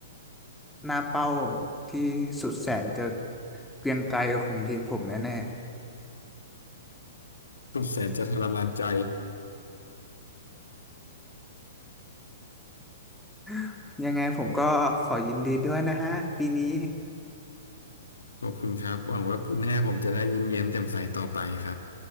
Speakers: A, in the centre; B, on the left (about 70°).
A: หน้าเป้าที่สุดแสนจะเกรียงไกรของทีมผมแน่
B: สุดแสนจะทรมานใจ
A: ๆ <laughs> ยังไงผมก็ขอยินดีด้วยนะฮะปีนี้
B: ขอบคุณครับหวังว่าปีหน้าผมจะได้ยิ้มแย้มแจ่มใสต่อไปครับ